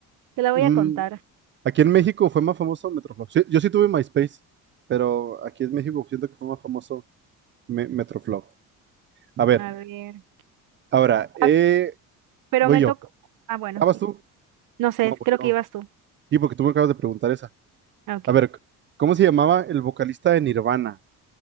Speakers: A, on the right; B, on the right.
A: te la voy
B: mm,
A: a contar.
B: aquí en México fue más famoso Metroflog. Sí, yo sí tuve MySpace, pero aquí en México siento que fue más famoso Me- Metroflog. A ver,
A: A ver.
B: ahora, eh,
A: Ah, pero
B: voy
A: me
B: yo.
A: tocó. Ah, bueno,
B: ¿Ah, vas
A: sí.
B: tú?
A: No sé,
B: No, voy
A: creo
B: yo.
A: que ibas tú.
B: Sí, porque tú me acabas de preguntar esa.
A: Ah, Ok.
B: A ver, c- ¿cómo se llamaba el vocalista de Nirvana?